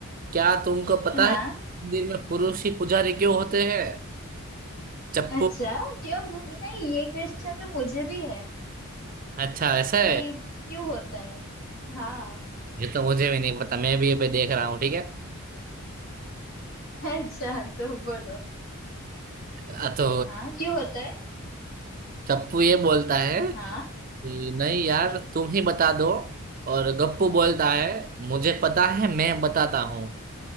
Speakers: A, on the right; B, on the left.
A: क्या तुमको पता
B: हाँ
A: है मंदिर में पुरुष ही पुजारी क्यों होते हैं चप्पू
B: अच्छा क्यों वो- नहीं ये क्वेश्चन तो मुझे भी है
A: अच्छा ऐसा
B: कि
A: है
B: क्यों होता है हाँ
A: ये तो मुझे भी नहीं पता मैं भी ये पे देख रहा हूँ ठीक है
B: अच्छा तो बोलो
A: अ, तो
B: हाँ क्यों होता है
A: चप्पू ये बोलता है
B: हाँ
A: कि नहीं यार तुम ही बता दो और गप्पू बोलता है मुझे पता है मैं बताता हूँ